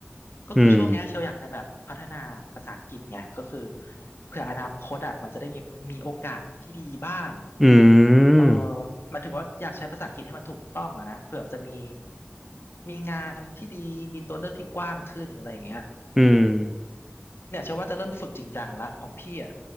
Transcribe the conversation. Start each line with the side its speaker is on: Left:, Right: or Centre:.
Left: ก็คือช่วงเนี้ยเชลอยากจะแบบพัฒนาภาษาอังกฤษไงก็คือ
Centre: อืม
Left: เผื่ออนาคตอ่ะมันจะได้มีมีโอกาสที่ดีบ้าง
Centre: อื
Left: เออ
Centre: ม
Left: หมายถึงว่าอยากใช้ภาษาอังกฤษให้มันถูกต้องอะนะเผื่อจะมีมีงานที่ดีมีตัวเลือกที่กว้างขึ้นอะไรอย่างเงี้ย
Centre: อืม
Left: เนี่ยเชื่อว่าจะเริ่มฝึกจริงจังละของพี่อ่ะ